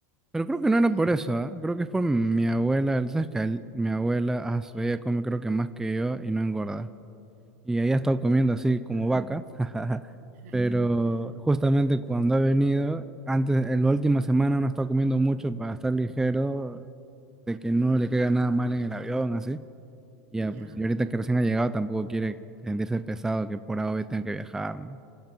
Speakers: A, in the centre; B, on the right (about 80°).
A: Pero creo que
B: pero
A: no era por eso, ¿ah? Creo que es por mi abuela, ¿sabes qué? El- Mi abuela, ah, su, ella come creo que más que yo y no engorda. Y ella ha estado comiendo así como vaca, <laughs>
B: <laughs>
A: pero justamente cuando ha venido, antes, en la última semana no ha estado comiendo mucho para estar ligero, de que no le caiga nada mal en el avión, así. Ya,
B: ya.
A: pues, y ahorita que recién ha llegado tampoco quiere sentirse pesado que por A o B tenga que viajar, ¿no?